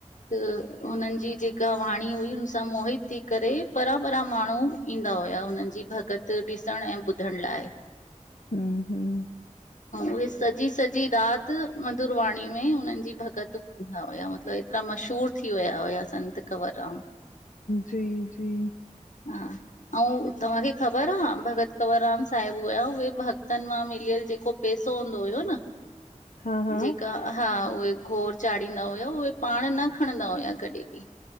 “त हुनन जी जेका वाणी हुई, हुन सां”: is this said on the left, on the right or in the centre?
Left